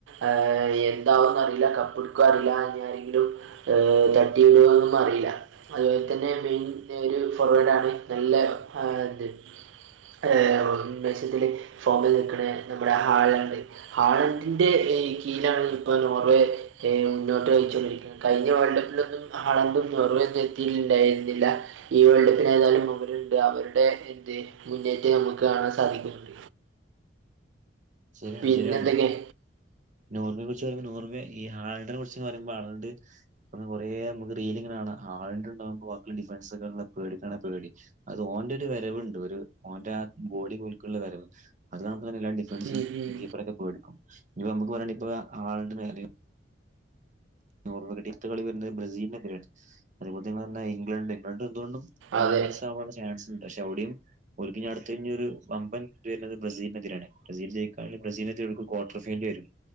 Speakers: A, on the right (about 80°); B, on the right (about 45°).
A: ഏഹ് എന്താവുന്നറീല കപ്പ് ഇട്ക്കൊ അറിലാ ഇഞ്ഞാരങ്കിലും ഏഹ് തട്ടിയോന്നറീല അതുപോൽ തന്നെ മിൻ ഒരു ഫറോഡാണ് നല്ല ആൻ്റ് ഏയ് മെസിത്തില് ഫോമില് നിക്കണെ നമ്മുടെ ഹാളാണ്ട് ഹാൾണ്ടിന്റെ കീഴ്ലാണ് ഇപ്പം നോർവേ ക്കെ മുന്നോട്ട് വെച്ചോണ്ടിരിക്കുന്നെ കയിഞ്ഞ വേൾഡ് കപ്പിലൊന്നും ഹളാണ്ടും നേർവെന്നും എത്തിണ്ടായി ഇല്ല ഈ വേൾഡ്കപ്പിനായിതുന്നാലും അവരുണ്ട് അവരുടെ എന്ത് മുന്നേറ്റം നമുക്ക് കാണാൻ സാധിക്കുന്നു
B: ശരിയാണ്
A: പിന്നെന്തൊക്കെ
B: ശരിയാണ് നോർവെ കൊറിച്ച് പറയുമ്പോ നോർവേ ഈ ഹാൾഡന് കൊറിച്ച് പറയുമ്പോ ആൾഡ് അന്ന് കൊറേ നമുക്ക് റീലിങ്ങനെ കാണാം ഹാളണ്ട് ഇണ്ടാവുമ്പോ വാക്കിളെ ഡിഫാൻസക്കെ പേടിക്കണേ പേടി അത് ഓന്റെ ഒര് വെരവിണ്ട് ഒരു ഓന്റെ ആയ ബോഡി കുലുക്കിള്ള വെരവ് അത് അപ്പത്തന്നെ എല്ലാ ഡിഫൻസും
A: ഉം ഉം.
B: കീപ്പറൊക്കെ പേടിക്കും ഇത് നമുക്ക് പറ ഇപ്പ ആളിന്റെ മെലെ <unintelligible> ടിഫ്ത്ത് കളി വെരണെ ബ്രസീലിന്റെ <unintelligible> അതെപോലെത്തെ ഞങ്ങള് പറഞ്ഞെ ഇംഗ്ലണ്ട് ഇംഗ്ലണ്ട് എന്തുകൊണ്ടും ചാമ്പ്യൻസാവാനുള്ള
A: അതെ
B: ചാൻസിണ്ട് പക്ഷെ അവുടേം ഓൽക്കിനി അടുത്തെ ഇനിയൊരു വമ്പൻ <unintelligible> വരുന്നത് ബ്രസീലിനെതിരാണ് ബ്രസീല് ജയിക്കാണെ ബ്രസീൽനെയ്റ്റെടുക്കും ക്വാർട്ടർ ഫൈനൽ വരും